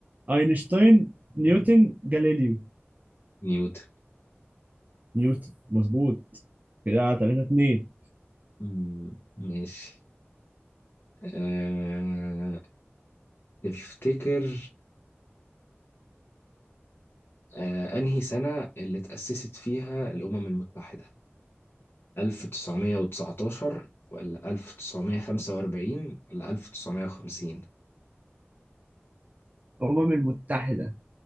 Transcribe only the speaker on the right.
اينشتاين نيوتن جاليليو
نيوتن مظبوط كده 3 2
الامم المتحده